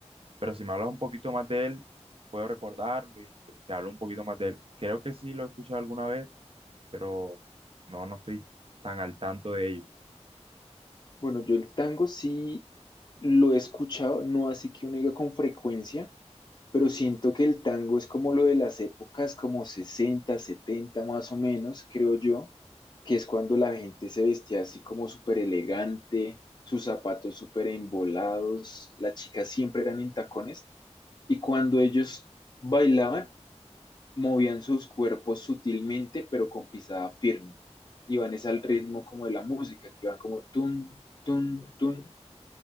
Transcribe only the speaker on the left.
Bueno, yo el tango sí lo he escuchado, no así que uno diga con frecuencia, pero siento que el tango es como lo de las épocas, como 60 70 más o menos, creo yo, que es cuando la gente se vestía así como súper elegante, sus zapatos súper embolados, las chicas siempre eran en tacones. Y cuando ellos bailaban, movían sus cuerpos sutilmente, pero con pisada firme. Iban es al ritmo como de la música, que van como tun, tun, tun,